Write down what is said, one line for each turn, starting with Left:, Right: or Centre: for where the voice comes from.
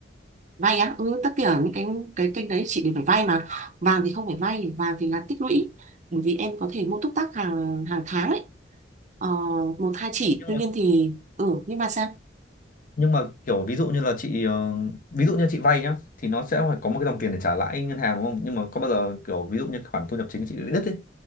Right: vay á ừ tất cả những cái cái kênh đấy chị đều phải vay mà vàng thì không phải vay vàng thì là tích lũy bởi vì em có thể mua túc tắc hàng hàng tháng ấy ờ, một hai chỉ
Left: Nhưng
Right: tuy
Left: mà
Right: nhiên thì ừ nhưng mà sao
Left: nhưng mà kiểu ví dụ như là chị ờ, ví dụ như chị vay nhá thì nó sẽ phải có một cái dòng tiền để trả lãi ngân hàng đúng không? Nhưng mà có bao giờ kiểu ví dụ như khoản thu nhập chính chị bị đứt ấy